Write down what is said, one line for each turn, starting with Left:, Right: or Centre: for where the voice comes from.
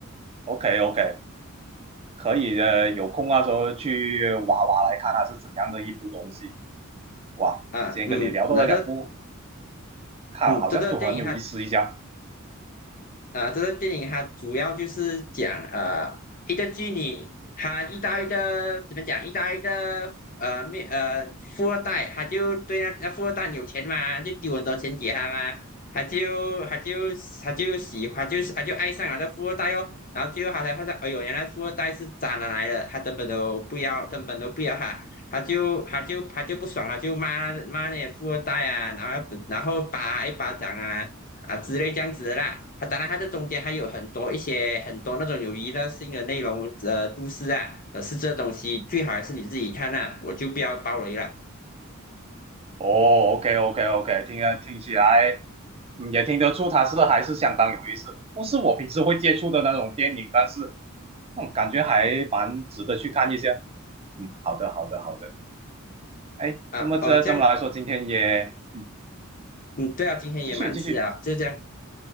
Right: OK OK，可以呃有空那时候去挖挖来看它是怎样的一部东西。哇，
Left: 啊，
Right: 今天跟你聊到了两部，
Left: 嗯，那个
Right: 看好像都很有意思一下。
Left: 嗯，这个电影哈。啊，这个电影它主要就是讲呃，一个妓女，她遇到一个怎么讲，遇到一个呃没呃富二代，她就对那那富二代有钱嘛，就丢很多钱给他嘛，她就她就她就喜欢，就是她就爱上了那富二代哦，然后最后她才发现，哎呦，原来富二代是渣男来的，她根本都不要，根本都不要她。她就她就她就不爽了，就骂骂那些富二代啊，然后然后打一巴掌啊，啊之类这样子的啦。啊，当然它这中间还有很多一些很多那种有娱乐性的内容，呃，故事啊。可是这东西最好还是你自己看啊，我就不要爆雷了
Right: 哦，OK OK OK，听啊听起来，嗯，也听得出它是还是相当有意思，不是我平时会接触的那种电影，但是嗯，感觉还蛮值得去看一下。嗯，好的好的好的。哎，
Left: 啊。
Right: 这么这这么来说，
Left: 哦，这样，
Right: 今天也嗯，
Left: 嗯，对啊，今天也蛮迟啊，
Right: 继续继续，
Left: 就这样。